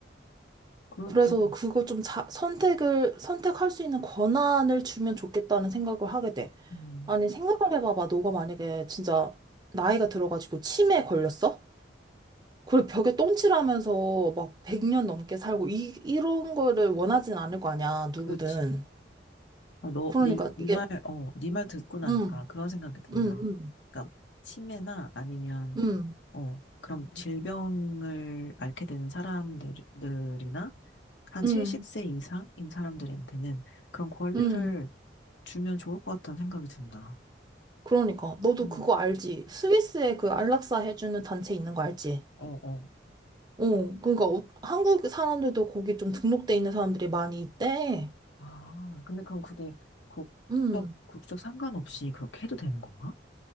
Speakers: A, on the left; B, on the right.
A: 그,
B: 그래서
A: 그,
B: 그거 좀 자, 선택을, 선택할 수 있는 권한을 주면 좋겠다는 생각을 하게 돼.
A: 음,
B: 아니, 생각을 해봐봐. 너가 만약에 진짜 나이가 들어가지고 치매에 걸렸어? 그리고 벽에 똥칠하면서 막 100년 넘게 살고, 이, 이런 거를 원하진 않을 거 아니야, 누구든.
A: 그렇지. 어, 너,
B: 그러니까
A: 니, 니
B: 이게,
A: 말, 어, 니 말 듣고 나니까
B: 음,
A: 그런 생각이 든다.
B: 음, 음,
A: 그러니까, 치매나 아니면,
B: 음,
A: 어, 그럼 질병을 앓게 되는 사람들이나, 한 70세
B: 음,
A: 이상인 사람들한테는 그런 권리를
B: 음.
A: 주면 좋을 것 같다는 생각이 든다.
B: 그러니까. 너도
A: 음,
B: 그거 알지? 스위스에 그 안락사 해주는 단체 있는 거 알지?
A: 어, 어.
B: 어, 그러니까 어- 한국 사람들도 거기 좀 등록돼 있는 사람들이 많이 있대.
A: 아, 근데 그럼 그게 국적,
B: 음.
A: 국적 상관없이 그렇게 해도 되는 건가?